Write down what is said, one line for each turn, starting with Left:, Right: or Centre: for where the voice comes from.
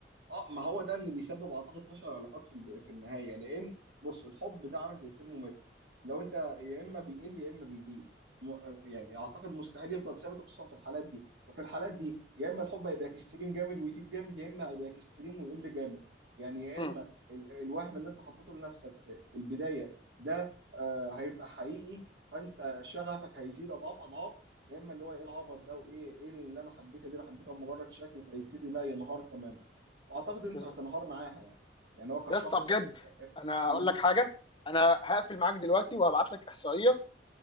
Right: اه ما هو ده اللي بيسبب اعتقد فشل العلاقات في الب- في النهايه لان بص الحب ده عامل زي الترمومتر لو انت يا اما بيقل يا اما بيزيد م- يعني اعتقد مستحيل يفضل ثابت خصوصا في الحالات دي ففي الحالات دي يا اما الحب هيبقى اكستريم جامد ويزيد جامد يا اما هيبقى اكستريم ويقل جامد يعني يا
Left: مم.
Right: اما ال الوهم اللي انت حطيته لنفسك في, في البدايه ده آه هيبقى حقيقي فانت شغفك هيزيد اضعاف اضعاف يا اما اللي هو ايه العبط ده وايه ايه اللي انا حبيتها دي انا حبيتها مجرد شكل فيبتدي بقى ينهار تماما واعتقد انت
Left: بالظبط
Right: هتنهار معاها يعني يعني هو كشخص
Left: يا اسطى بجد انا
Right: مم.
Left: اقول لك حاجه انا هقفل معاك دلوقتي وهبعت لك احصائيه